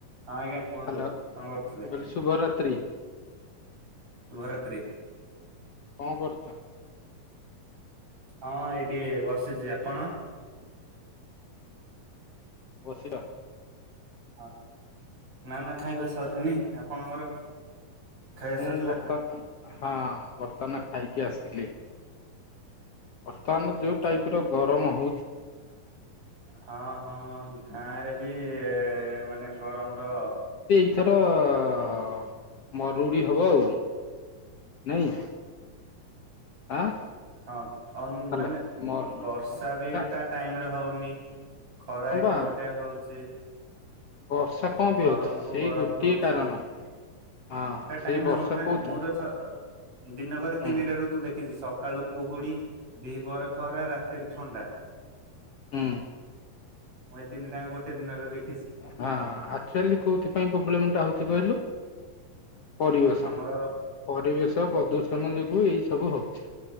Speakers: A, on the right; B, on the left.
A: ହଁ ଆଜ୍ଞା କୁହନ୍ତୁ
B: ହାଲୋ। ମୁଁ
A: କଣ କରୁଥିଲେ
B: କହିଲି ଶୁଭରାତ୍ରି।
A: ଶୁଭରାତ୍ରୀ।
B: କଣ କରୁଛ?
A: ହଁ ଏଇଠି ବସିଛି। ଆପଣ?
B: ବସିଛ?
A: ହଁ ନା ନା ଖାଇବା ସରିନି। ଆପଣଙ୍କର ଖାଇବା
B: ମୁଁ
A: ସରିଲା?
B: ବର୍ତ୍ତମାନ ହଁ ବର୍ତ୍ତମାନ ଖାଇକି ଆସିଲି। ବର୍ତ୍ତମାନ ଯଉ
A: ଆଚ୍ଛା
B: ଟାଇପ ର ଗରମ ହଉ
A: ହଁ ହଁ ଗାଁରେ ବି-ଇ-ଇ-ଇ ମାନେ ଗରମ ର
B: ଏଥର-ଅ-ଅ-ଅ ମରୁଡ଼ି ହବ ଆଉ। ନିହିଁ ଆଁ
A: ହଁ ଅ
B: ହାଲୋ
A: ମାନେ
B: ମର
A: ବର୍ଷା
B: ହଁ
A: ବି ତା ଟାଇମରେ ହଉନି। ଖରା ଏକ
B: ବା
A: ପଟିଆ ହଉଛି।
B: ବର୍ଷା କଣ
A: ଗରମ
B: ବି ହଉଛି
A: କୁ
B: ସେଇ
A: ଗରମ
B: ଗୋଟିଏ
A: ହଉଛି
B: କାରଣ। ହଁ
A: ତା
B: ସେଇ
A: ଟାଇମରେ
B: ବର୍ଷା
A: ହଉନି ନା
B: କୋଉଥି
A: ମୁଁ ତ ଛ ଅ ଦିନକରେ ତିନିଟା
B: ହୁଁ
A: ଋତୁ ଦେଖିଛି ସକାଳୁ କୁହୁଡ଼ି ଦିପର ଖରା ରାତିରେ ଥଣ୍ଡା।
B: ହୁ
A: ତିନିଟାକ ଗୋଟେ ଦିନରେ ଦେଖି
B: ହଁ ଆଚୁଆଲି କୋଉଥିପାଇ ପ୍ରୋବ୍ଲେମ ଟା ହଉଛି କହିଲୁ ପରିବେଶ
A: ଆମର
B: ପରିବେଶ ପ୍ରଦୂଷଣ ଯୋଗୁ ଏଇ ସବୁ ହଉଛି।